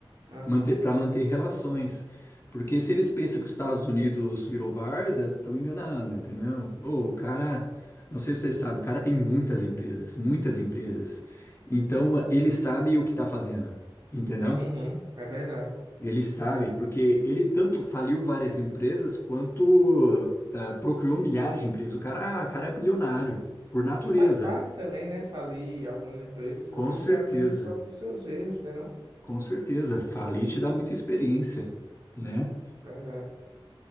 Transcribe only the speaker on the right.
Aham.
Uhum, é verdade.
E faz parte também, né, falir algumas empresas,
porque você
aprende só com seus erros, né, não?
Verdade.